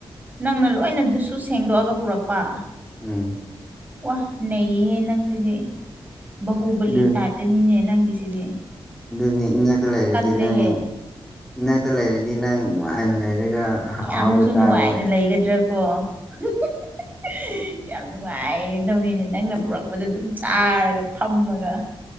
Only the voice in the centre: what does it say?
ꯎꯝ
ꯑꯗꯨ
ꯑꯗꯨꯅꯤ ꯏꯅꯥꯛꯇ ꯂꯩꯔꯗꯤ
ꯅꯪ ꯏꯅꯥꯛꯇ ꯂꯩꯔꯗꯤ ꯅꯪ ꯅꯨꯡꯉꯥꯏꯅ ꯂꯩꯔꯒ ꯑꯍꯥꯎ
ꯑꯍꯥꯎꯕ ꯆꯥꯕ